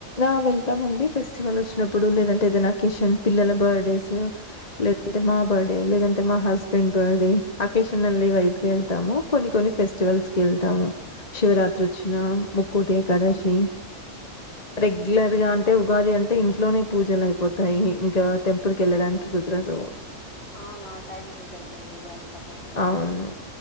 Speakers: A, on the left (about 30°); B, on the left (about 50°).
A: ఆ వెళ్తాము అండి ఫై ఫెస్టివల్ వచ్చినప్పుడు లేదంటే ఏదైనా అకేషన్ పిల్లల బర్త్డేస్ లేదంటే మా బర్త్డే లేదంటే మా హస్బెండ్ బర్త్డే అకేషన్ళ్ వైజ్గా వెళ్తాము కొన్ని కొన్ని ఫెస్టివల్స్ కి వెళ్తాము శివరాత్రి వచ్చిన ముక్కోటి ఏకాదశి రెగ్యులర్ గా అంట అయితే ఉగాది అంటే ఇంట్లోనే పూజలు అయిపోతాయి ఇంకా టెంపుల్కి వెళ్ళడానికి కుదరదు
B: అవునా టైమ్ కుడుగుతరదయవతే చట్టాగర
A: అవును